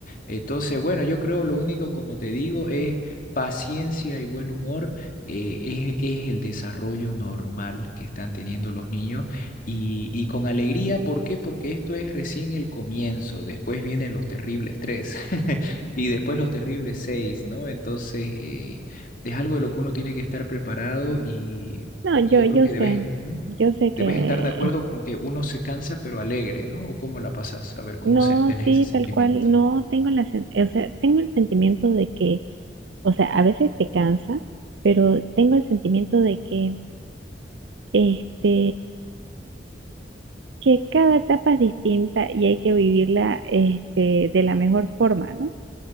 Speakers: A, on the left; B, on the right.
A: Entonces, bueno, yo creo lo único, como te digo, es paciencia y buen humor, eh, es, es el desarrollo normal que están teniendo los niños y, y con alegría, ¿por qué? Porque esto es recién el comienzo, después vienen los terribles tres. <laughs> Y después los terribles seis, ¿no? Entonces, eh, es algo de lo que uno tiene que estar preparado y,
B: No,
A: y
B: yo,
A: yo
B: yo
A: creo que
B: sé,
A: debes, ¿Mm?
B: yo sé que...
A: debes estar de acuerdo con que uno se cansa pero alegre, ¿no? ¿O cómo la pasas? A ver, ¿cómo
B: No,
A: se, tenés
B: sí,
A: ese sentimiento?
B: tal cual, no tengo la, sen- o sea, tengo el sentimiento de que, o sea, a veces te cansa, pero tengo el sentimiento de que, este, que cada etapa es distinta y hay que vivirla, este, de la mejor forma, ¿no?